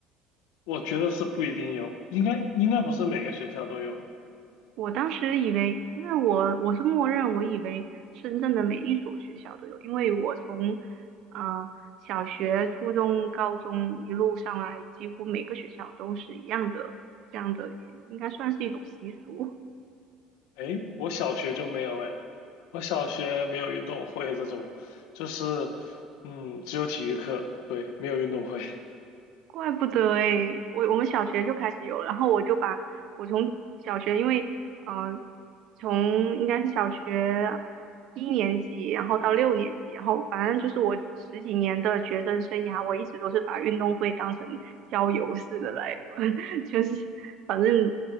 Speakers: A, on the left (about 80°); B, on the right (about 60°).
A: 我觉得是不一定有，应该应该不是每个学校都有的。
B: 我当时以为，因为我我是默认，我以为深圳的每一所学校都有，因为我从啊、呃小学、初中、高中一路上来，几乎每个学校都是一样的，这样的应该算是一种习俗。
A: 哎，我小学就没有哎，我小学没有运动会这种，就是嗯，只有体育课，对，没有运动会。
B: 怪不得诶，我我们小学就开始有了，然后我就把我从小学，因为呃，从应该是小学一年级，然后到六年级，然后反正就是我十几年的学生生涯，我一直都是把运动会当成郊游似的来，<laughs> 就是反正